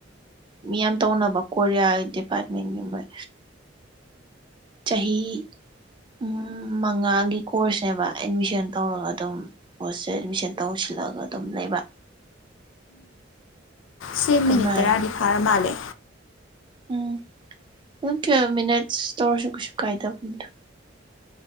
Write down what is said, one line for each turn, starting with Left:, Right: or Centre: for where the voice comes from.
Right: ꯃꯤ ꯌꯥꯝ ꯇꯧꯅꯕ ꯀꯣꯔꯤꯌꯥ ꯗꯤꯄꯥꯔꯃꯦꯟꯒꯤ ꯃꯣꯏ ꯆꯥꯍꯤ ꯎꯝ ꯃꯉꯥꯒꯤ ꯀꯣꯔꯁ ꯅꯦꯕ ꯑꯦꯗꯃꯤꯁꯟ ꯇꯧꯔꯒ ꯑꯗꯨꯝ ꯑꯦꯗꯃꯤꯁꯟ ꯇꯧꯁꯤꯜ ꯂꯒ ꯑꯗꯨꯝ ꯂꯩꯕ
Left: ꯁꯤ
Right: ꯑꯗꯨꯃꯥꯏꯅ
Left: ꯃꯤꯅꯤꯠ ꯇꯔꯥ ꯗꯤ ꯐꯥꯔꯥ ꯃꯥꯂꯦ
Right: ꯎꯝ ꯑꯗꯨ ꯇꯨꯌꯦꯜꯕ ꯃꯤꯅꯠꯁ ꯇꯧꯔꯁꯨ ꯀꯩꯁꯨ ꯀꯥꯏꯗꯕꯅꯤꯗ